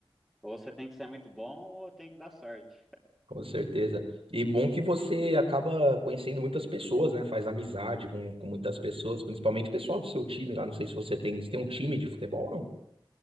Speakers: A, in the centre; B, on the right.
A: Ou você tem que ser muito bom ou tem que dar sorte.
B: Com certeza. E bom que você acaba conhecendo muitas pessoas, né? Faz amizade com, com muitas pessoas, principalmente pessoal do seu time lá. Não sei se você tem, se tem um time de futebol ou não?